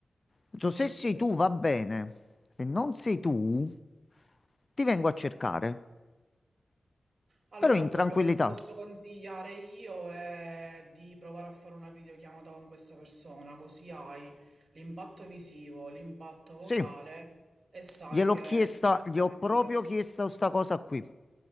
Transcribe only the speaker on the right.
Sì.
Allora,
quello
che ti posso consigliare io è di provare a fare una videochiamata con questa persona, così hai l'impatto visivo, l'impatto vocale
e sai
che
effettivamente...